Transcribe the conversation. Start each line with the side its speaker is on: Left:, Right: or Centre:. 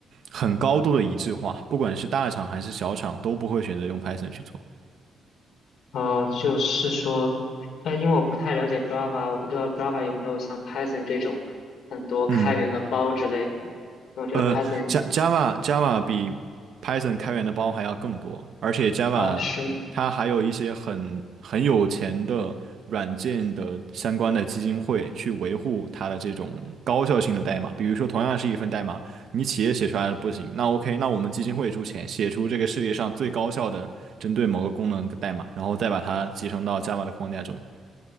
Right: 很高度的一致化，不管是大厂还是小厂都不会选择用 Python 去做。
Left: 呃，就是说，呃，因为我不太了解 Java，我不知道 Java 有没有像 Python 这种很多开源的包之类的，
Right: 嗯。
Left: 因为我觉得
Right: 呃，Ja-，Java
Left: Python
Right: Java 比 Python 开源的包还要更多，而且 Java
Left: 啊，是
Right: 它还有一些很很有钱的软件的相关的基金会去维护它的这种高效性的代码。比如说，同样是一份代码，你企业写出来的不行，那 OK，那我们基金会出钱写出这个世界上最高效的针对某个功能的代码，然后再把它集成到 Java 的框架中。